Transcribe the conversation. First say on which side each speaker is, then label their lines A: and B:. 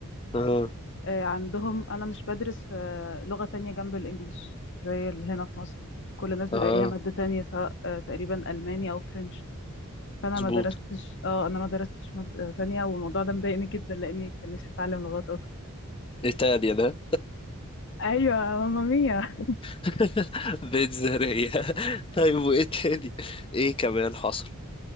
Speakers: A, on the left; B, on the left.
A: اه
B: آه، عندهم انا مش بدرس آه، لغة تانية جنب الإنجليش زي اللي هنا في مصر كل الناس بيبقى
A: اه
B: ليها مادة تانية سواء آه، تقريبا ألماني أو فرنش فانا
A: مظبوط
B: ما درستش اه انا ما درستش مادة تانية والموضوع ده مضايقني جدا لاني كانش هتعلم لغات اكتر
A: ايه تاني انا
B: ايوه ماما ميا
A: <laughs> بيت زرية طيب وايه تاني ايه كمان حصل